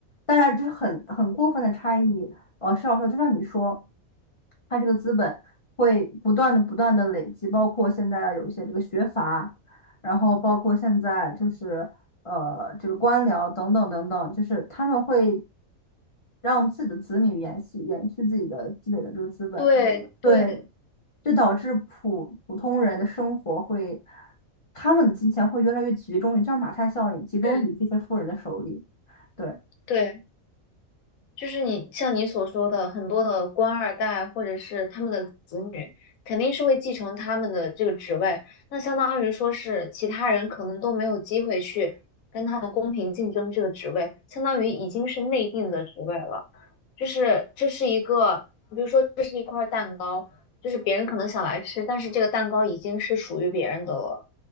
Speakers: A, on the left; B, on the left.
A: 当然，这是很很过分的差异，呃，是要说，就像你说，它这个资本会不断的、不断的累积，包括现在有一些这个学阀。然后包括现在就是呃这个官僚等等等等，就是他们会让自己的子女延续延续自己的积累的这个资本，
B: 对对，
A: 对，就导致普普通人的生活会，他们的金钱会越来越集中于，就像马太效应，集中于这些富人的手里。
B: 嗯，
A: 对，
B: 对。就是你像你所说的，很多的官二代或者是他们的子女，肯定是会继承他们的这个职位，那相当于说是其他人可能都没有机会去跟他们公平竞争这个职位，相当于已经是内定的职位了。就是这是一个，比如说这是一块蛋糕，就是别人可能想来吃，但是这个蛋糕已经是属于别人的了，